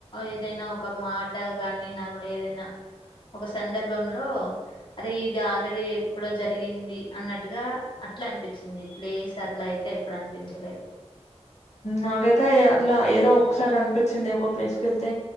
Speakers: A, on the left; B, on the left.
A: ఏదైనా ఒక మాట కాని ఏదైనా ఒక సందర్భంలో అరే ఇది ఆల్రెడీ ఎప్పుడో జరిగింది అన్నట్టుగా అట్లా అనిపించింది ప్లేస్ అట్లా అయితే అే ఎప్పుడు అనిపించలేదు
B: నాకైతే అట్లా ఏదో ఒకసారి అనిపించింది ఒక ప్లేస్ క వెళ్తే